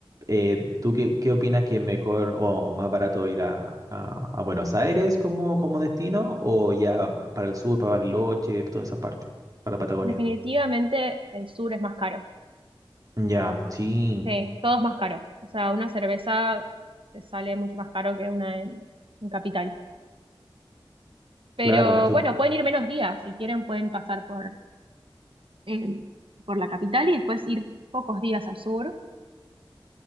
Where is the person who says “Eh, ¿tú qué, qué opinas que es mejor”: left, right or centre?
Right